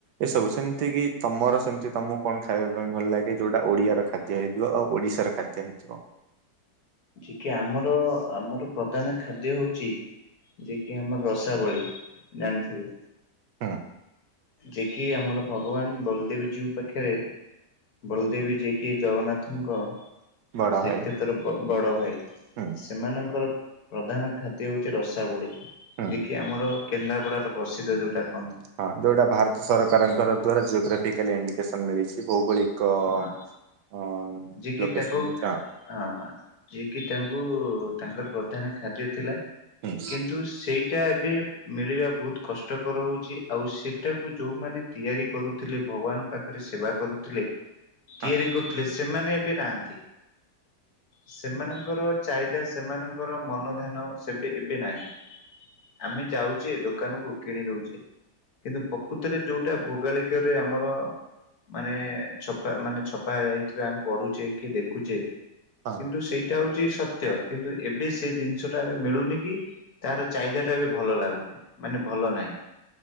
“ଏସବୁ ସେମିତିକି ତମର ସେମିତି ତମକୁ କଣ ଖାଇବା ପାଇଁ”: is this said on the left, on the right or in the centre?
Right